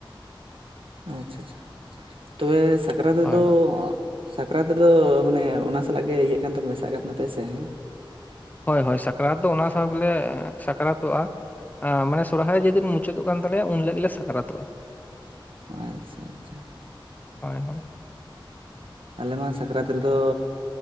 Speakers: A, on the right (about 85°); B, on the left (about 20°).
A: ᱟᱪᱪᱷᱟ ᱟᱪᱪᱷᱟ ᱛᱚᱵᱮ ᱥᱟᱠᱨᱟᱛ ᱨᱮᱫᱚ
B: ᱦᱳᱭ ᱦᱳᱭ
A: ᱥᱟᱠᱨᱟᱛ ᱨᱮᱫᱚ ᱢᱟᱱᱮ ᱚᱱᱟ ᱥᱟᱞᱟᱜ ᱜᱮ ᱤᱭᱟᱹᱜ ᱠᱟᱱ ᱛᱟᱯᱮ ᱢᱮᱥᱟᱜ ᱠᱟᱱ ᱛᱟᱯᱮ ᱥᱮ ᱦᱮᱸ।
B: ᱦᱚᱭ ᱥᱟᱠᱨᱟᱛ ᱫᱚ ᱚᱱᱟ ᱥᱟᱶ ᱜᱮᱞᱮ ᱥᱟᱠᱨᱟᱛᱚᱜᱼᱟ᱾ ᱢᱟᱱᱮ ᱥᱚᱨᱦᱟᱭ ᱡᱮᱫᱤᱱ ᱢᱩᱪᱟᱹᱫᱚᱜ ᱠᱟᱱ ᱛᱟᱞᱮᱭᱟ ᱩᱱ ᱦᱤᱞᱟᱹᱜ ᱜᱮ ᱞᱮ ᱥᱟᱠᱨᱟᱛᱚᱜᱼᱟ᱾
A: ᱟᱪᱪᱷᱟ ᱟᱪᱪᱷᱟ
B: ᱦᱚᱭ ᱦᱚᱭ᱾
A: ᱟᱞᱮ ᱢᱟ ᱥᱟᱠᱨᱟᱛ ᱨᱮᱫᱚ